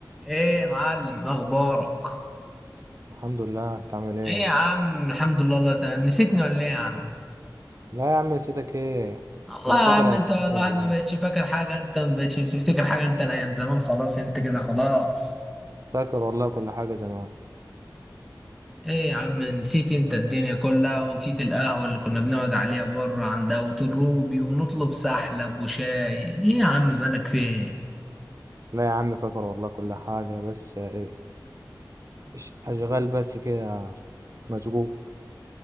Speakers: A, in the centre; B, on the right.
A: ايه يا معلم اخبارك
B: الحمد لله انت عامل ايه
A: ايه يا عم الحمد لله الله تمام نسيتني ولا ايه يا عم
B: لا يا عم سيدك ايه
A: الله
B: انت مش
A: يا
B: فاكر
A: عم
B: يا
A: انت
B: امتحان
A: والله
B: والله
A: ما بقتش فاكر حاجه انت ما بقتش بتفتكر حاجه انت الايام زمان خلاص انت كده خلاص
B: فاكر والله كل حاجه زمان
A: ايه يا عم نسيت انت الدنيا كلها ونسيت القهوه اللي كنا بنقعد عليها بره عند ابو الروبي ونطلب سحلب وشاي ايه يا عم مالك فين
B: لا يا عم فاكر والله كل حاجه بس اه، اش- اشغال بس كده مشغول